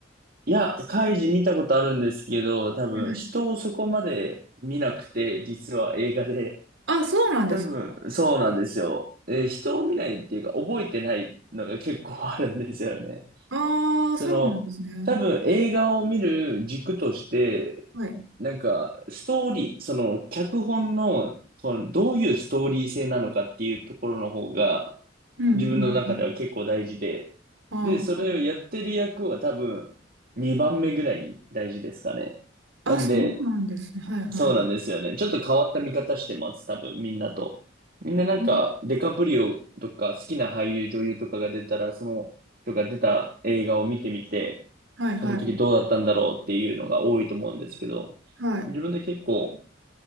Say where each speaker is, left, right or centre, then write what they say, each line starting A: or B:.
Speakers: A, on the right; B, on the right.
A: いや、カイジ見たことあるんですけど、多分人をそこまで見なくて、
B: うん
A: 実は映画で。
B: あ、そうなんですか。
A: 多分、そうなんですよ。えー人を見ないっていうか、覚えてないのが結構あるんですよね。
B: ああ、
A: その、
B: そうなんですね。
A: 多分映画を見る軸として、
B: はい。
A: なんか、ストーリー、その、脚本の、その、どういうストーリー性なのかっていうところの方が、
B: うん、
A: 自分の中では結構大事で、
B: うん。あ
A: で、それをやってる役は多分、2番目ぐらいに大事ですかね。
B: あ、
A: なんで、
B: あ、そうなんですね。はいはい。
A: そうなんですよね。ちょっと変わった見方してます。多分、みんなと。みんななんか、
B: うん
A: デカプリオとか、好きな俳優、女優とかが出たら、その、とか出た映画を見てみて、
B: はいはい。
A: その時どうだったんだろうっていうのが多いと思うんですけど、
B: はい。
A: 自分で結構、